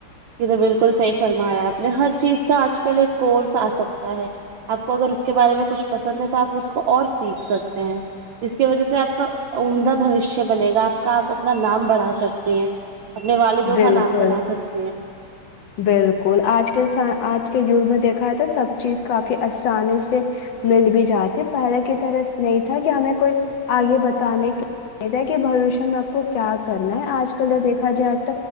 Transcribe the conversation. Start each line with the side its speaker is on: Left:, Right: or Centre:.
Right: یہ تو بالکل صحیح فرمایا آپ نے ہر چیز کا آج کل ایک کورس آ سکتا ہے آپ کو اگر اس کے بارے میں کچھ پسند ہے تو آپ اس کو اور سیکھ سکتے ہیں ج کی وجہ سے آپ کا عمدہ بوشیہ بنے گا آپ کا آپ اپنا نام بڑھا سکتی ہیں اپنے والدوں
Left: بالکل
Right: کا نام بنا سکتے
Left: بالکل آج کے س آج کے گ میں دیک سب چیز کافی آسانی سے مل بھی جاتی پہلے کی طرح نہیں تھا کہ ہمیں کوئی آگے بتانے کے نہیں تھا کہ بوشیہ میں آپ کو کیا کرنا ہے آج کل ج دیکھا جائے